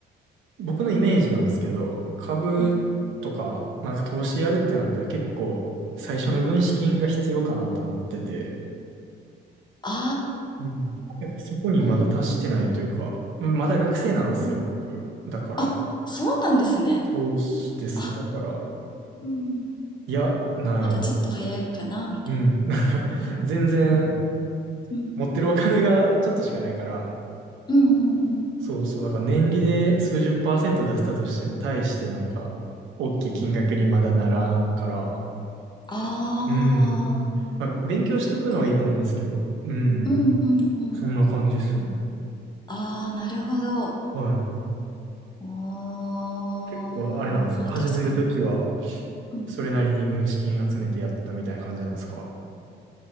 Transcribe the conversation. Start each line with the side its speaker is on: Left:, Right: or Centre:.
Right: 僕のイメージなんですけど、株とか、
Left: うん、
Right: なんか投資やるってなったら結構、最初の軍資金が必要かなって思ってて、
Left: うん。あ
Right: うん。そこにまだ達してないというか、
Left: あ。
Right: まだ学生なんですよ、
Left: うん。
Right: 僕。だから、
Left: あ、そうなんですね。
Right: そうです。
Left: あ、
Right: だから、
Left: うん。
Right: いや、なんやろ
Left: またちょっと早いかな、みたいな。
Right: う。うん。<laughs> なんか、全然、
Left: うん、うん。
Right: 持ってるお金がちょっとしかないから、
Left: うんうんうん。
Right: そうそう。なんか年利で数十パーセント出したとしても、大してなんか、大きい金額にまだならんから、
Left: うん。あ
Right: うん。まあ、勉強しとくのはいいと思うんですけど、
Left: あ、か。
Right: うん。
Left: うんうん
Right: そんな感じっすね。
Left: ああ、なるほど。
Right: は
Left: あ
Right: い。
Left: ーまあ確かに。
Right: こうあれなんですか始めるときは、
Left: うん。
Right: それなりに軍資金集めてやったみたいな感じなんですか